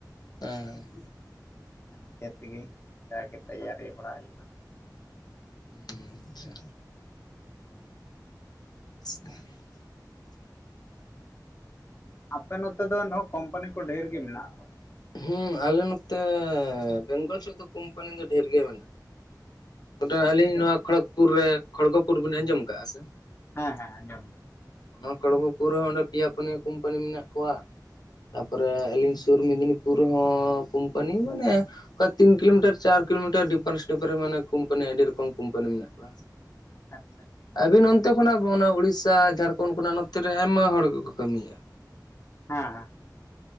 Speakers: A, on the left (about 65°); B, on the left (about 30°).
A: ᱦᱮᱸᱮ
B: ᱱᱤᱡᱮ ᱛᱮᱜᱮ ᱡᱟᱜᱮ ᱛᱮᱭᱟᱨᱤ ᱵᱟᱲᱟ ᱦᱩᱭᱩᱜᱼᱟ
A: ᱟᱪᱪᱷᱟ <inaudible> <unintelligible>
B: ᱟᱯᱮ ᱱᱚᱛᱮ ᱫᱚ ᱮᱱᱦᱚᱸ ᱠᱳᱢᱯᱟᱱᱤ ᱠᱚ ᱰᱷᱮᱨ ᱜᱮ ᱢᱮᱱᱟᱜᱼᱟ
A: ᱦᱮᱸ ᱟᱞᱮ ᱱᱚᱛᱮ ᱵᱮᱝᱜᱚᱞ ᱥᱮᱫ ᱫᱚ ᱠᱳᱢᱯᱟᱱᱤ ᱫᱚ ᱰᱷᱮᱨ ᱜᱮ ᱢᱮᱱᱟᱜᱼᱟ ᱜᱚᱴᱟ ᱟᱹᱞᱤᱧ
B: ᱦᱮᱸᱥᱮ?
A: ᱱᱚᱣᱟ ᱠᱷᱚᱲᱚᱜᱽᱯᱩᱨ ᱨᱮ ᱠᱷᱚᱲᱜᱚᱯᱩᱨ ᱵᱤᱱ ᱟᱸᱡᱚᱢ ᱟᱠᱟᱫᱼᱟ ᱥᱮ
B: ᱦᱮᱸ ᱦᱮᱸ ᱟᱸᱡᱚᱢ
A: ᱚᱱᱟ ᱠᱚᱲᱜᱚᱯᱩᱨ ᱨᱮᱦᱚᱸ ᱚᱸᱰᱮ ᱯᱮᱭᱟ ᱯᱩᱱᱭᱟᱟᱹ ᱠᱳᱢᱯᱟᱱᱤ ᱢᱮᱱᱟᱜ ᱠᱚᱣᱟ ᱛᱟᱯᱚᱨᱮ ᱟᱹᱞᱤᱧ ᱥᱩᱨ ᱢᱮᱫᱽᱱᱤᱯᱩᱨ ᱨᱮᱦᱚᱸ ᱠᱳᱢᱯᱟᱱᱤ ᱢᱟᱱᱮ ᱚᱱᱠᱟ ᱛᱤᱱ ᱠᱤᱞᱳᱢᱤᱴᱟᱨ ᱪᱟᱨ ᱠᱤᱞᱳᱢᱤᱴᱟᱨ ᱰᱤᱯᱷᱟᱨᱮᱱᱥ ᱰᱤᱯᱟᱨᱥ ᱢᱟᱱ ᱠᱳᱢᱯᱟᱱᱤ ᱟᱹᱰᱤ ᱨᱚᱠᱚᱢ ᱠᱳᱢᱯᱟᱱᱤ ᱢᱮᱱᱟᱜ ᱠᱚᱣᱟ
B: ᱟᱪᱪᱷᱟ
A: ᱟᱹᱵᱤᱱ ᱚᱱᱛᱮ ᱠᱷᱚᱱᱟᱜ ᱚᱱᱟ ᱩᱲᱤᱥᱥᱟ ᱡᱷᱟᱲᱠᱷᱚᱸᱰ ᱠᱷᱚᱱᱟᱜ ᱱᱚᱛᱮᱨᱮ ᱟᱭᱢᱟ ᱦᱚᱲ ᱜᱮᱠᱚ ᱠᱟᱹᱢᱤᱭᱮᱫ-ᱟ
B: ᱦᱮᱸ ᱦᱮᱸ